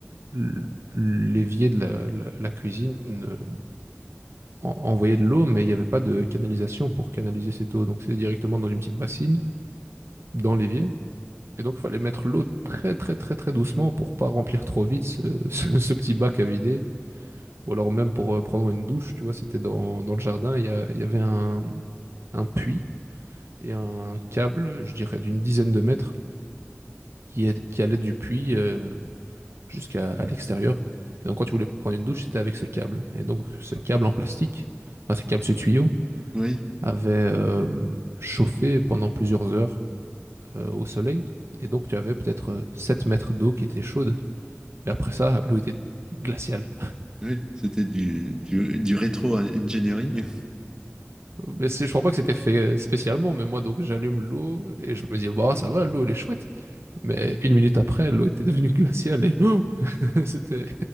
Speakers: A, on the right; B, on the right.
A: l- l'évier de la, la- la cuisine euh, en- envoyait de l'eau, mais il n'y avait pas de canalisation pour canaliser cette eau. Donc c'était directement dans une petite bassine, dans l'évier. Et donc il fallait mettre l'eau très très très très doucement pour pas remplir trop vite ce, <laughs> ce- ce petit bac à vider. Ou alors même pour euh, prendre une douche, tu vois, c'était dans, dans le jardin, il y, a- il y avait un, un puits et un câble, je dirais, d'une dizaine de mètres qui, est- qui allait du puits. euh, jusqu'à à l'extérieur. Et donc, quand tu voulais prendre une douche, c'était avec ce câble. Et donc, ce câble en plastique, enfin, ce câble, ce tuyau,
B: Oui,
A: avait euh, chauffé pendant plusieurs heures euh, au soleil. Et donc, tu avais peut-être euh, 7 mètres d'eau qui était chaude. Mais après ça, l'eau était glaciale.
B: oui, c'était du, du, du rétro-engineering.
A: Mais c'est- je crois pas que c'était fait euh, spécialement. Mais moi, donc, j'allume l'eau et je me dis, bah, ça va, l'eau, elle est chouette. Mais une minute après, l'eau était devenue glaciale et <laughs> c'était